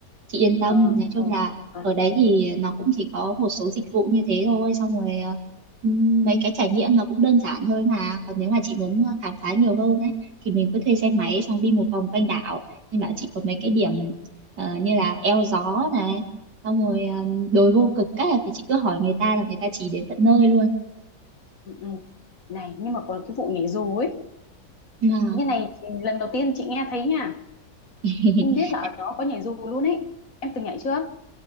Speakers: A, on the right; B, on the left.
A: chị yên tâm,
B: Ờ,
A: nói chung
B: ừ,
A: là
B: ừ,
A: ở đấy thì nó cũng chỉ có một số dịch vụ như thế thôi, xong rồi ờ, ừm, mấy cái trải nghiệm nó cũng đơn giản thôi mà. Còn nếu mà chị muốn ờ, khám phá nhiều hơn ấy, thì mình cứ thuê xe máy xong đi một vòng quanh đảo. Nên bảo chị có mấy cái điểm ờ, như là eo gió này, xong rồi ờ, đồi vô cực các là thì chị cứ hỏi người ta là người ta chỉ đến tận nơi luôn.
B: ừ. ừ. Này, nhưng mà còn cái vụ nhảy dù ấy.
A: Mà
B: Như này thì lần đầu tiên chị nghe thấy nha.
A: <laughs>
B: Không biết là ở đó có nhảy dù luôn ấy. Em từng nhảy chưa?